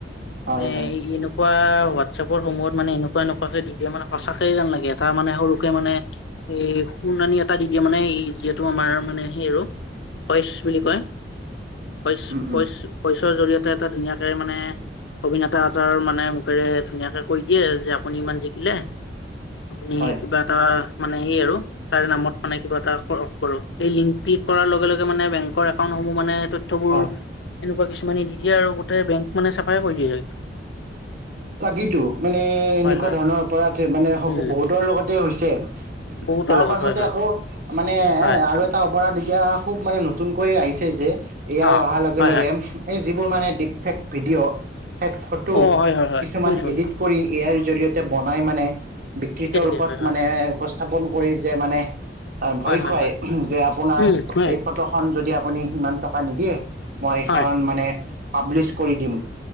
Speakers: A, on the left (about 75°); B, on the right (about 55°).
A: মানে
B: হয় হয়
A: এনেকুৱা চপৰ সমূয়হত মানে এনেকুৱা এনেকুৱাকে দি দিয়ে মানে সচাকয়ে যেন লাগে এটা মানে সৰুকে মানে এই- শুনানি এটা দি- দিয়ে মানে এই যিহেতু আমাৰ মানে সেই আৰু ভইচ বুলি কয় ভইচ-
B: উম
A: ভইচ
B: উম
A: - ভইচৰ জৰিয়তে এটা ধুনীয়াকৈ মানে অভিনেতা এতৰ মানে মুখেৰে ধুনীয়াকে কৈ দিয়ে যে আপুনি ইমান জিকিলে। আপুনি
B: হয়
A: কিবা এটা মানে এই আৰু তাৰে নামত মানে কিবা এটা কৰো এই লিংক লিক কৰাৰ লগে- লগে বেং একাউহ মানে তয়বোৰ
B: হয়।
A: এনেকুৱা কিছুমানে দি দিয়ে আৰু গো বেং। মানে চাফাই কৰি দিয়েছ কিন্তু।
B: তাকো মানে
A: হয়
B: এনেকুৱা
A: হয়
B: ধৰণৰ অপৰাধ মানে
A: উম
B: বহুতৰ লগতে হৈছে।
A: বহুতৰ
B: তাৰ
A: লগত
B: পাছতে
A: হয় হয়
B: আকৌ মানে
A: হয়
B: আৰু এটা অপৰাধ এতিয়া খুব মানে নতু নতুনকৈ আহিছে যে এয়াই
A: অ
B: অহাৰ লগে
A: হয়
B: - লগে
A: হয় হয়
B: এই যিবোৰ মানে ডিপ ফেক্ট ভিডিঅ' শেষ ফটো
A: অ হয় হয় হয়
B: কিছুমান
A: শুনিছো শুনিছো
B: এডিট কৰি ইয়াৰ জৰিয়তে বনাই মানে। বিকৃত
A: ঠিকে ঠিকে
B: ৰূপত
A: হয় হয়
B: মানে উপস্থাপন কৰি যে মানে। ভয়
A: হয় হয়
B: খুৱাই
A: হয়
B: যে আপোনাৰ
A: উম হয়
B: এই ফটোখন যদি আপুনি সিমান টকা নিদিয়ে মই এইখন
A: হয়
B: মানে পাব্লিছ কৰি দিম।